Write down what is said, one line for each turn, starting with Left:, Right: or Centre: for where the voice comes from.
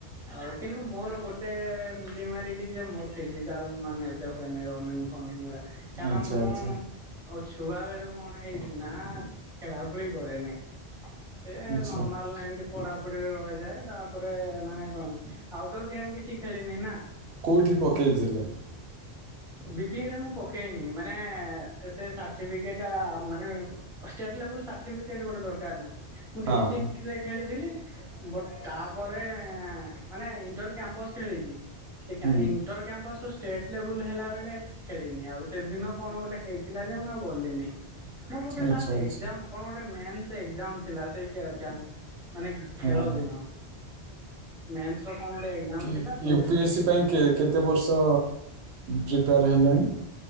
Centre: ଆଉ କିନ୍ତୁ ମୋର ଗୋଟେ ଡିମାରିଟ ଯେ ମୋର ଫିଜିକାଲ୍ ମାନେ ଏବେ ହୁଏନି ରନିଙ୍ଗ ଫନିଙ୍ଗ ଗୁଡା। କାରଣ
Right: ଆଚ୍ଛା
Centre: ମୁଁ
Right: ଆଚ୍ଛା
Centre: ଅ ଛୁଆ ବେଳୁ କଣ ହେଇଛି ନାଆ ଖେଳା ଖେଳି କରେନାହିଁ। ସେ ଏ
Right: ଆଚ୍ଛା
Centre: ନର୍ମାଲ ନାଇଁ ଏମି ପଢାପଢିରେ ରହିଯାଏ ତାପରେ ମାନେ କଣ ଆଉଟଡୋର ଗେମ୍ କିଛି ଖେଳିନି ନା।
Right: କୋଉଠି ପକେଇଥିଲେ?
Centre: ବିପିଏଡ ମୁଁ ପକେଇନି ମାନେ ଏ ସେ ସାଠିପିକେଟ୍ ଟା ମାନେ ଷ୍ଟେଟଲେବଲ ସାଠିପିକେଟ୍ ଗୋଟେ ଦରକାର ନା। ମୁଁ
Right: ହଁ
Centre: ଡିଷ୍ଟିକ୍
Right: ହଁ
Centre: ଳେ ଖେଳିଥିଲି। ବଟ୍ ତା ପରେ ମାନେ ଇଣ୍ଟର କ୍ୟାମ୍ପସ ଖେଳିଚି। ଏଟା
Right: ହୁଁ
Centre: ଇଣ୍ଟର କ୍ୟାମ୍ପସର ସ୍ ଷ୍ଟେଟ ଲେବୁଲ ହେଲା ବେଳେ ଖେଳିନି ଆଉ ସେଦିନ କଣ ଗୋଟେ ହେଇଥିଲା ଯେ ମୁଁ ଆଉ ଗଲିନି। ମୋର ବୋଧେ
Right: ଆଚ୍ଛା
Centre: ସାର୍ ଯୋଉ
Right: ଆଚ୍ଛା
Centre: ଏକଜାମ୍ କଣ ଗୋଟେ ମେନ୍ ସେ ଏକଜାମ୍ ଥିଲା ସେଇ କ୍ୟା କ୍ୟା ମାନେଗ୍ ଖେଳଦିନ।
Right: ହଁ
Centre: ମେନସ୍ ର କଣ ଗୋଟେ? ଏକ୍ଜାମ୍
Right: କି
Centre: ଥିଲା ତ
Right: ୟୁପି
Centre: ବୋଧେ
Right: ଏସ୍ ସି ପାଇଁ କେ କେତେ ବର୍ଷ ପ୍ରିପେୟାର ହେଲଣି?